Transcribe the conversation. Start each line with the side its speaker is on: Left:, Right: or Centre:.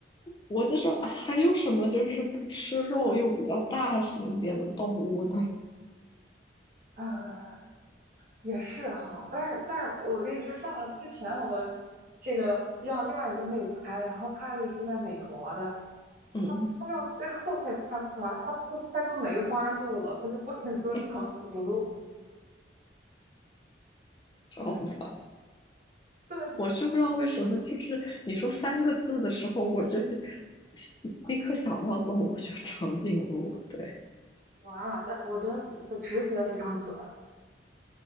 Left: 我就说，啊还有什么就是不吃肉又比较大型一点的动物呢？
Right: 啊！也是哈，但是但是我跟你说，上了之前我这个让另外一个妹猜，然后她也是在美国的，
Left: 嗯，
Right: 她猜到最后她也猜不出来，她都猜出梅花鹿了，她就不肯说长颈鹿。
Left: <laughs> 嗯好吧，
Right: 对，
Left: 我是不知道为什么，就是你说三个字的时候，我就 <laughs> 立刻想到动物，就长颈鹿。对。
Right: 我啊，那我觉得你的直觉非常准，